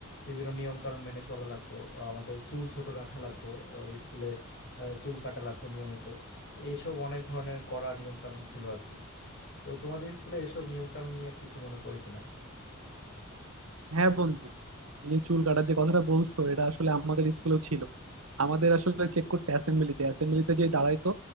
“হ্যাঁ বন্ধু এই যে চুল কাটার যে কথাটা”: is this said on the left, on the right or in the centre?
Right